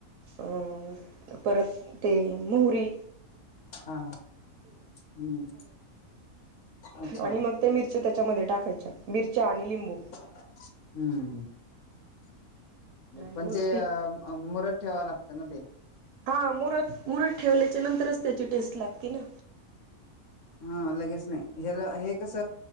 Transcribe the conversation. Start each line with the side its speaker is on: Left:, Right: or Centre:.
Right: <inaudible> मोहरी,
Left: हा हम्म अच्छा
Right: आणि मग ते मिरच्या त्याच्यामध्ये टाकायच्या मिरच्या आणि लिंबू
Left: हम्म
Right: आणि
Left: पण
Right: मग
Left: ते मुरत ठेवा लागत ना ते.
Right: हा मुर मुरद ठेवल्याच्या नंतरच त्याची टेस्ट लागते ना.
Left: हा लगेच नाही ह्याला हे कस